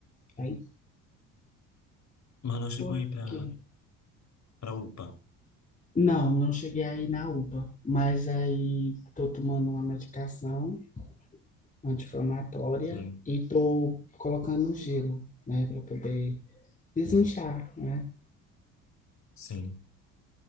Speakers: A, on the left (about 15°); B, on the left (about 35°).
A: Aí
B: Mas não chegou
A: tô
B: aí pra,
A: aqui.
B: pra UPA.
A: Não, não cheguei aí na UPA, mas aí tô tomando uma medicação anti-inflamatória
B: Sim,
A: e tô colocando gelo, né, para poder desinchar, né?
B: sim.